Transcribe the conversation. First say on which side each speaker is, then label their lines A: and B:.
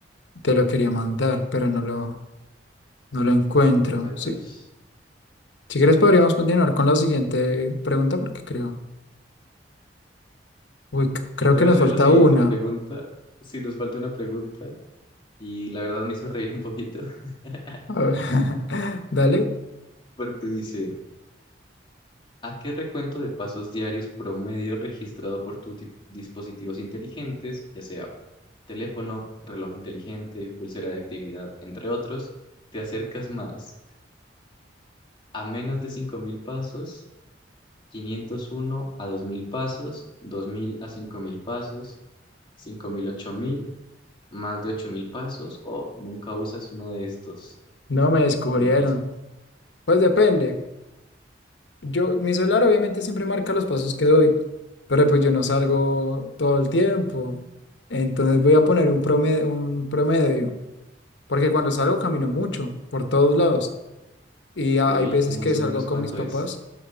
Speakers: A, on the left; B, on the left.
A: Te lo quería mandar, pero no lo, no lo encuentro.
B: ¿No lo encuentras?
A: Sí. Si quieres podríamos continuar con la siguiente pregunta porque creo, uy, c- creo
B: Te
A: que
B: voy
A: nos
B: a hacer
A: falta
B: la siguiente
A: una.
B: pregunta. Si nos falta una pregunta. Y la verdad me hizo reír un poquito. <laughs>
A: A ver, <laughs> Dale,
B: Porque dice, ¿a qué recuento de pasos diarios promedio registrado por tus di- dispositivos inteligentes, ya sea teléfono, reloj inteligente, pulsera de actividad, entre otros, te acercas más? a menos de 5.000 pasos, 501 a 2.000 pasos, 2.000 a 5.000 pasos, 5.000 a ocho mil más de 8.000 pasos, o nunca usas uno de estos,
A: no me descubrieron.
B: o nunca les...
A: Pues depende. Yo, mi celular obviamente siempre marca los pasos que doy, pero pues yo no salgo todo el tiempo. Entonces voy a poner un promedio, un promedio, porque cuando salgo camino mucho por todos lados y
B: Ok,
A: a- hay veces
B: más
A: que
B: o
A: salgo
B: menos cuánto
A: con mis papás
B: es.